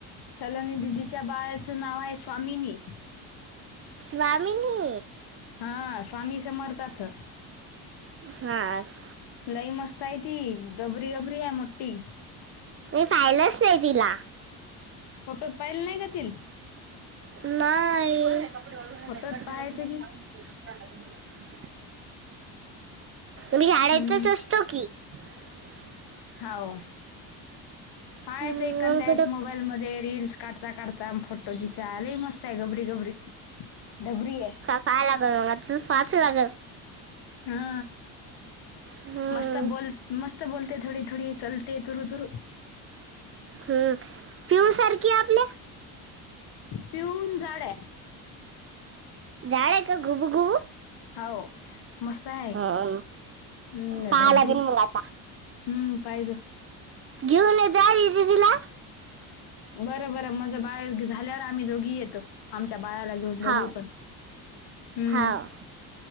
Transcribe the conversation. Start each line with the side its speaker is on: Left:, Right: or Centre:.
Left: सोनाली दिदीच्या बाळाचं नाव आहे स्वामिनी.
Right: स्वामीनी.
Left: हा स्वामी समर्थाचं.
Right: हा आस.
Left: लई मस्त आहे ती गबरी, गबरी आहे मोठी.
Right: मी पाहिलंच नाही तिला.
Left: फोटो पाहिले नाही का तील?
Right: नाही कपडे वाळू घालत
Left: फोटोत
Right: आहे कट
Left: पाहायचं
Right: झालं कि
Left: की
Right: सांग मले. मी शाळेतच
Left: हम्म
Right: असतो की. <unintelligible>
Left: हो पायच
Right: हम्म,
Left: एखंद्यास
Right: कुठं
Left: वेळेस मोबाईल मध्ये रीलस काढता, काढता. म फोटोजी चाले मस्त आहे गबरी, गबरी, गबरी आहे.
Right: पाय लागन आता तर पाहाच लागन.
Left: हा.
Right: हम्म,
Left: मस्त बोल मस्त बोलते थोडी, थोडी चलते तुरु, तुरु
Right: हम्म, पिऊ सारखी आपल्या?
Left: पिऊ हुन जाड आहे.
Right: जाड हाय ए का गुबु, गुबू?
Left: हाव मस्त आहे.
Right: हा
Left: हम्म
Right: पाहा
Left: डबकी,
Right: लागेल मग आता
Left: हम्म पायजो.
Right: घेऊन येजा <unintelligible> दिदी ला.
Left: बरं, बरं माझं बाळ झाल्यावर आम्ही दोघी येत आमच्या बाळाला घेऊन दोघी
Right: हाव
Left: पण, हम्म.
Right: हाव